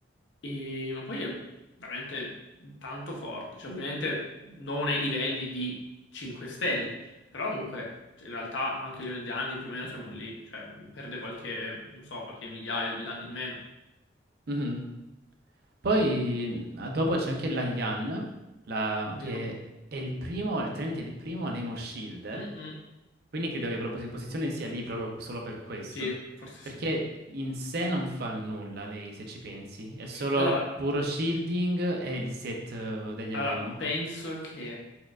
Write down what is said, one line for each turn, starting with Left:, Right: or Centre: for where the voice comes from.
Left: E- ma poi è veramente tanto forte. Cioè, ovviamente non ai livelli di 5 stelle, però comunque cioè, in realtà anche a livello di danni più o meno siamo lì. Cioè, perde qualche, non so, qualche migliaio di danni in meno.
Right: mhm. Poi ah, dopo c'è anche Lan Yan, la-
Left: Vero?
Right: che è il primo, letteralmente il primo Nemo Shielder,
Left: Mm-mm.
Right: quindi credo che quella posi- posizione sia lì proprio solo per questo,
Left: Sì, forse
Right: perché
Left: sì.
Right: in sé non fa nulla lei, se ci pensi, è solo
Left: Allora,
Right: puro shielding e il set eh, degli
Left: allora,
Right: Anemo.
Left: penso che